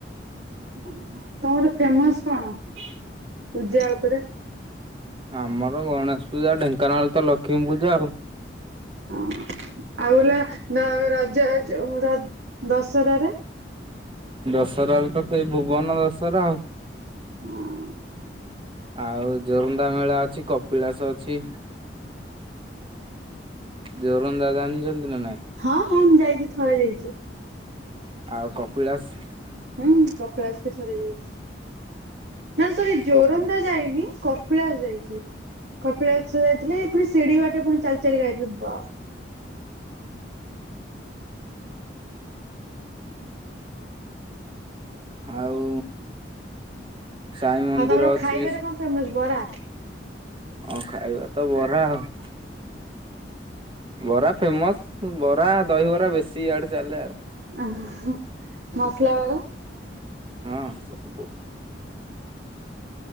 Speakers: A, on the right; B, on the right.
A: ଓହୋ ତମର ଫେମସ୍ କଣ ପୂଜା ଉପରେ?
B: ଆମର ଗଣେଶ ପୂଜା ଢେଙ୍କାନାଳ ତ ଲକ୍ଷ୍ମୀ ପୂଜା ଆଉ।
A: ହଁ ଆଉ ହେଲା ର -ରଜ ଜ ର ଦଶହରାରେ
B: ଦଶହରାରେ ତ ସେଇ ଭୁବନ ଦଶହରା ଆଉ।
A: ହଁ
B: ଆଉ ଯୋରନ୍ଦା ମେଳା ଅଛି କପିଳାସ ଅଛି। ଯୋରନ୍ଦା ଜାଣିଚନ୍ତି ନା ନାଇଁ।
A: ହଁ ହଁ ମୁଁ ଯାଇଛି ଥରେ ଯାଇଛି
B: ଆଉ କପିଳାସ।
A: ହୁଁ କପିଳାସ ବି ଥରେ ଯାଇଛି। ନାଁ ସରି ଯୋରନ୍ଦା
B: କପି
A: ଯାଇନି। କ କପିଳାସ ଯାଇଛି। କପିଳାସ ଯାଇଥିଲି ପୁଣି ଶିଢି ବାଟେ ପୁଣି ଚାଲି ଚାଲିକା ଯାଇଥିଲି। ବା
B: ଆଉ ସାଇ ମନ୍ଦିର
A: ଆଉ ତମର ଖାଇବାରେ
B: ଅଛି ବି।
A: କଣ ଫେମସ ବରା
B: ହଁ ଖାଇବା ତ ବରା ଆଉ। ବରା ଫେମସ ବରା, ଦହିବରା ବେଶୀ ଇଆଡେ ଚାଲେ ଆଉ।
A: ଆ ହଁ ମସଲା ବରା।
B: ହଁ ସବୁ।